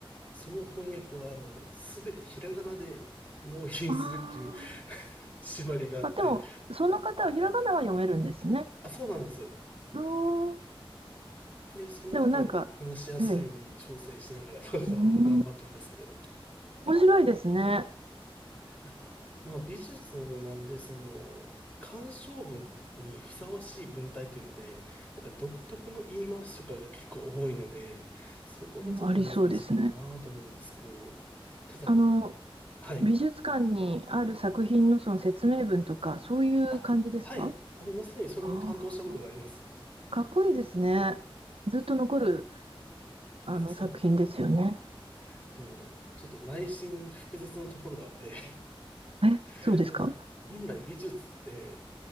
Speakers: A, on the left (about 15°); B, on the right (about 75°).
A: その翻訳を、あの、すべてひらがなで納品するっていう
B: ああ
A: <laughs> 縛りがあって、
B: まあ、でも、その方はひらがなは読めるんですね。
A: あ、そうなんです。
B: あー
A: で、その方も話しやすいように調整しながらとかを頑張ったんですけど、
B: でもなんか、ええ、うん、面白いですね。
A: いやー、まあ美術なんで、その、鑑賞文にふさわしい文体っていうので、なんか独特の言い回しとかが結構多いので、そこがちょっと難しいかなと思うんですけど、
B: ありそうですね。
A: ただね、
B: あの、
A: はい。
B: 美術館にある作品のその説明文とか、そういう感じですか
A: あ、はい。あの、まさにそれも担当したことがあります。
B: あーかっこいいですね。ずっと残るあの作品ですよね。
A: いや、そうなんですよね。でも、ちょっと内心複雑なところがあって、
B: え、
A: <laughs>
B: そうですか
A: なんか、本来美術って、